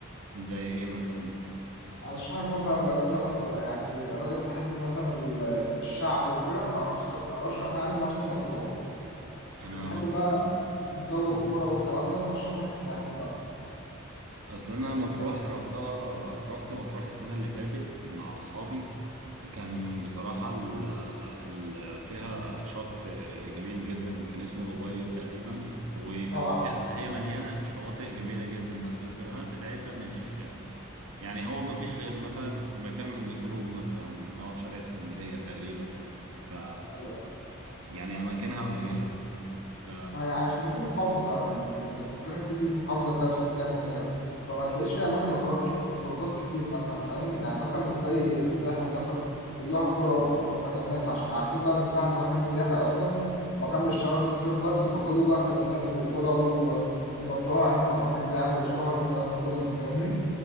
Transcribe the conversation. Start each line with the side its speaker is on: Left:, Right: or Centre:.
Right: زي ايه مثلا؟
Left: ارشح لك مثلا لو انت مثلا يعني راجل تحب مثلا ال- الشعب وكده فارشح يعني مرسى مطروح
Right: انا
Left: بتحب بقى جو
Right: مضغوط
Left: الكرة والكلام ده فرشح لك الساحل بقى
Right: اصل انا مطروح رحتها رحت مطروح السنه اللي فاتت مع اصحابي كان بصراحه ال ال فيها شط جميل جدا كان اسمه الأبيض تقريبا وكان
Left: اه عارف
Right: فيها هي مليانه شواطئ جميله جدا بس الخدمات بتاعتها مش يعني هو ما فيش غير مثلا مكان للخروج مثلا او شارع اسكندريه تقريبا ف
Left: ايوه
Right: يعني اماكنها قليله ف
Left: ما هي عشان دي محافظة يعني انت انت بتتكلم في دي, دي محافظة فيها سكان وكده فما تلاقيش فيها أماكن خروج خروجات كتير مثلا فاهم يعني مثلا مش زي الساحل مثلا كلها قرى وخ- وخدمات عشان عارفين بقى إن الساحل ده مكان سياحي أصلا مكان بيشتغل في الصيف بس فكله بقى خدمات وقرى و- ومطاعم وأماكن لعب وسهر والكلام ده كله أنت فاهمني؟